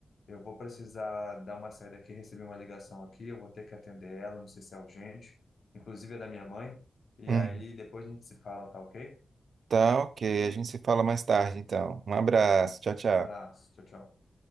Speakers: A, on the left (about 65°); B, on the right (about 70°).
A: Eu vou precisar dar uma saída aqui, receber uma ligação aqui, eu vou ter que atender ela, não sei se é urgente, inclusive é da minha mãe. E
B: Uhum.
A: aí depois a gente se fala, tá ok?
B: Tá, ok. A gente se fala mais tarde, então. Um abraço. Tchau, tchau.
A: Um abraço, tchau, tchau.